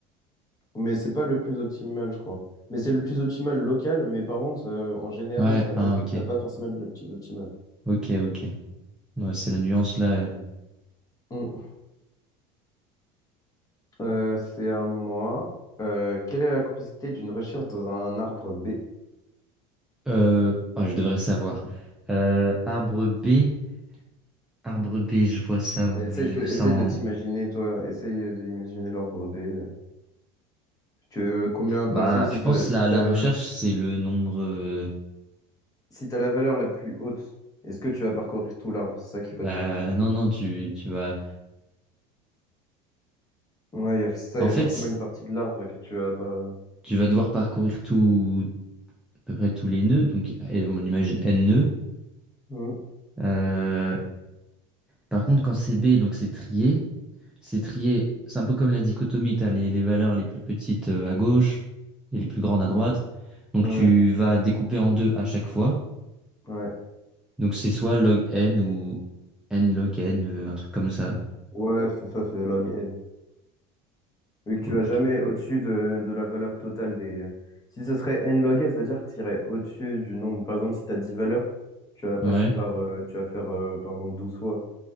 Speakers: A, on the left; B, in the centre.
A: Mais c'est pas le plus optimal, je crois. Mais c'est le plus optimal local, mais par contre, euh, en général,
B: Ouais,
A: ça va pas
B: ah
A: être-
B: ok,
A: ça va pas forcément être le plus optimal.
B: ok, ok. Ouais, c'est la nuance là.
A: Mm. Euh, c'est à moi. Euh, quelle est la complexité d'une recherche dans un arbre B?
B: Euh, ah, je devrais savoir. Euh, arbre B, arbre B, je vois ça
A: Mais
B: où
A: essaye,
B: j'ai
A: de
B: vu
A: essaye
B: ça en.
A: de t'imaginer, toi, essaye d'imaginer l'arbre B. euh. Que, combien,
B: Bah,
A: par exemple, si
B: je pense
A: tu si
B: la
A: t'as
B: la
A: le-
B: recherche c'est le nombre. euh,
A: si t'as la valeur la plus haute, est-ce que tu vas parcourir tout l'arbre? C'est ça qu'il
B: Bah
A: faut te dire.
B: non non, tu tu vas.
A: Ouais, y a, ça,
B: En
A: il
B: fait,
A: y a forcément une partie de l'arbre que tu vas pas.
B: tu vas devoir parcourir tout à peu près tous les nœuds, donc eh, on imagine n nœuds.
A: Mm.
B: Euh, Par contre, quand c'est B, donc c'est trié, c'est trié, c'est un peu comme la dichotomie, t'as les, les valeurs les plus petites euh, à gauche et les plus grandes à droite. Donc
A: Ouais,
B: tu vas découper en deux à chaque fois.
A: ouais.
B: Donc c'est soit log n ou n log n, euh, un truc comme ça.
A: Ouais, c'est ça, c'est log n. Vu que
B: Cool.
A: tu vas jamais au-dessus de, de la valeur totale des... euh, Si ce serait n log n, c'est-à-dire que tu irais au-dessus du nombre. Par exemple, si tu as 10 valeurs, tu vas passer
B: Ouais.
A: par... euh, tu vas faire, euh, par exemple, 12 fois.